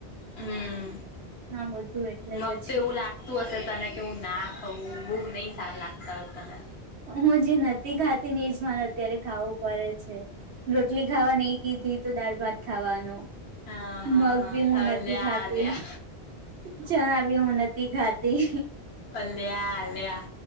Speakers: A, on the left; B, on the right.
A: હમ
B: હા બધું એટલે
A: મગ
B: પછી
A: તેવું લાગ તું હશે તને કેવું ના ખઉ બહુ નહીં સારા લાગતા હોય તને
B: હું જે નથી ખાતી ને એજ મારે અત્યારે ખાવું પડે છે રોટલી ખાવા નહીં કીધી તો દાળ ભાત ખાવાનું
A: હા હા
B: મગ
A: હા
B: બી હું
A: અલ્યા
B: નથી ખાતી
A: અલ્યા
B: ચણા બી ઉ નથી ખાતી
A: પ અલ્યા ડે